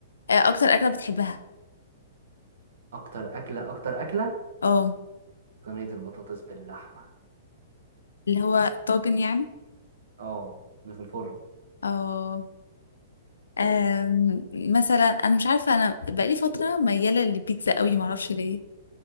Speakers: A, on the left (about 70°); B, on the right (about 60°).
A: آه، اكتر اكله بتحبها
B: اكتر اكله اكتر اكله
A: اه
B: صينيه البطاطس باللحمه
A: اللي هو طاجن يعني
B: اه اللي في الفرن
A: اه آم،
B: اوف
A: مثلا انا مش عارفه انا بقالي فتره مياله للبيتزا قوي ما اعرفش ليه